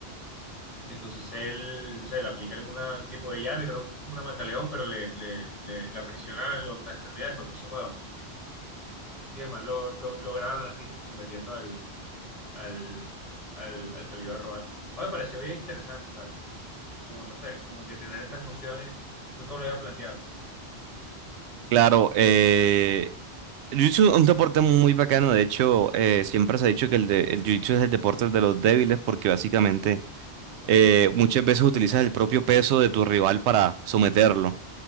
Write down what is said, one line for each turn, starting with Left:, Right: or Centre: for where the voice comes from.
Left: Entonces él, no sé, le aplica algún tipo de llave, creo que fue una mataleón, pero le, le, le, le aprisiona lo- las extremidades para que no se mueva. Y además lo, lo, lo graban así como sometiendo al, al, al, al que lo iba a robar. Ah, me pareció bien interesante, ¿sabes? Como, no sé, como que tener estas nociones, nunca me lo había planteado.
Right: Claro, eh, Jiu-Jitsu es un deporte muy bacano, de hecho eh, siempre se ha dicho que el, de, el Jiu-Jitsu es el deporte de los débiles porque básicamente eh, muchas veces utilizas el propio peso de tu rival para someterlo.